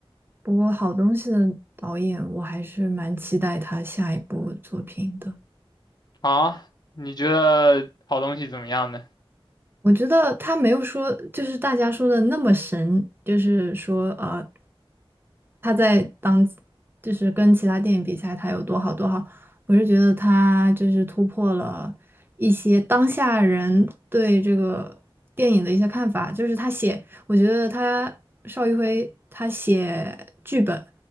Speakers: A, on the right (about 20°); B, on the left (about 45°).
A: 不过，好东西的导演，我还是蛮期待他下一部作品的。
B: 好，你觉得好东西怎么样呢？
A: 我觉得他没有说，就是大家说的那么神，就是说，呃，他在当，就是跟其他电影比起来，他有多好多好。我是觉得他就是突破了一些当下人对这个电影的一些看法，就是他写，我觉得他邵艺辉他写剧本，